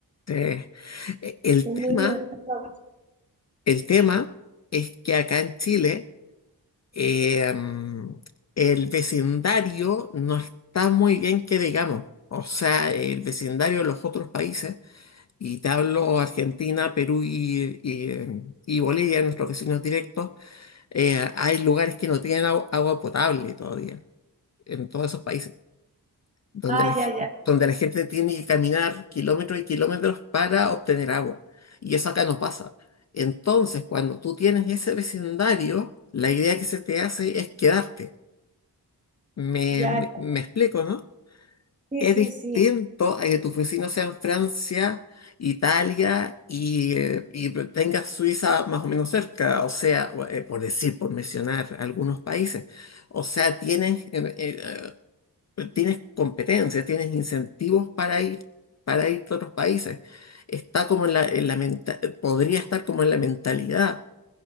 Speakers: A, on the left; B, on the right.
A: Eh, el
B: Estoy
A: tema,
B: muy divertido.
A: el tema es que acá en Chile Eh, mm, el vecindario no está muy bien que digamos. O sea, el vecindario de los otros países, y te hablo Argentina, Perú y, y- eh, y Bolivia, nuestros vecinos directos, eh, hay lugares que no tienen agu- agua potable todavía, en todos esos países, donde
B: Ah,
A: la, ge-
B: ya, ya.
A: donde la gente tiene que caminar kilómetros y kilómetros para obtener agua. Y eso acá no pasa. Entonces, cuando tú tienes ese vecindario, la idea que se te hace es quedarte. Me,
B: Ya,
A: me, me explico, ¿no?
B: sí,
A: Es
B: sí,
A: distinto
B: sí.
A: a que tus vecinos sean Francia, Italia y, eh, y tengas Suiza más o menos cerca, o sea, eh, por decir, por mencionar algunos países. O sea, tienes, eh, eh, eh, tienes competencias, tienes incentivos para ir, para ir a otros países. Está como en la, en la menta- podría estar como en la mentalidad.